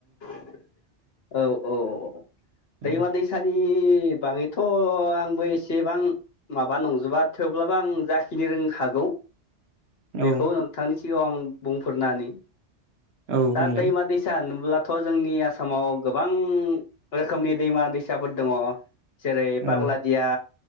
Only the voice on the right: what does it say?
औ
औ
औ बुंलाय
औ